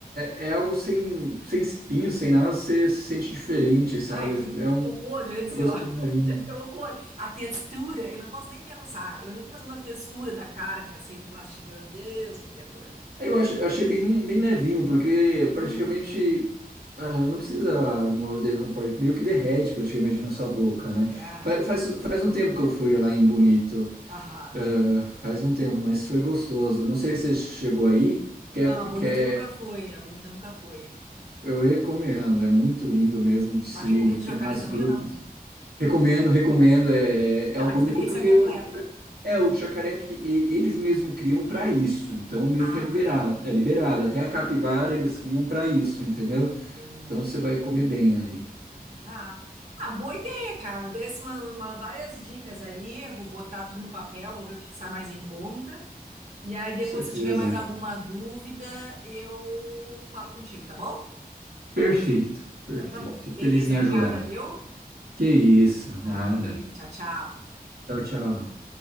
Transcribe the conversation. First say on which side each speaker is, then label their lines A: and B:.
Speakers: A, on the right; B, on the right.
A: é, é algo sem, sem espinho, sem nada, você sente diferente, sabe?
B: Ai, que,
A: É um
B: que horror, gente.
A: gosto bem levinho.
B: Que horror! A textura, eu não posso nem pensar. Eu fico pensando na textura da carne, assim, tu mastigando. Deus me perdoe.
A: É, Eu acho, eu achei bem, bem levinho, porque praticamente
B: Hum.
A: ah, não precisa morder tão forte, meio que derrete praticamente na sua boca, né?
B: É,
A: Fa- Faz, faz, um tempo que eu fui lá em Bonito,
B: aham.
A: ah, faz um tempo, mas foi gostoso. Não sei se você chegou aí, que
B: Não,
A: é,
B: a Bonito
A: que é-
B: nunca foi, a Bonito nunca foi.
A: eu recomendo, é muito lindo mesmo de se,
B: Mas recomendo
A: ir. tem
B: jacaré
A: umas
B: também
A: grutas.
B: ou não?
A: Recomendo, recomendo. É, é
B: <laughs>
A: algo
B: A experiência
A: único porque
B: é completa.
A: o, o- é o jacaré que e- eles mesmo criam para isso. Então meio
B: Ah,
A: que é liberado, é liberado. Até a capivara eles criam para isso, entendeu?
B: entendi.
A: Então você vai comer bem ali.
B: Então tá. Ah, boa ideia, cara. Me desse uma, uma- várias dicas aí. Eu vou botar tudo no papel, vou ver o que sai mais em conta. E aí depois,
A: Com certeza.
B: se eu tiver mais alguma dúvida, eu falo contigo, tá bom?
A: Perfeito, perfeito.
B: Então tá bom.
A: Fico
B: Beleza,
A: feliz em
B: obrigada,
A: ajudar.
B: viu?
A: Que isso,
B: Valeu,
A: nada.
B: tchau, tchau.
A: Tchau, tchau.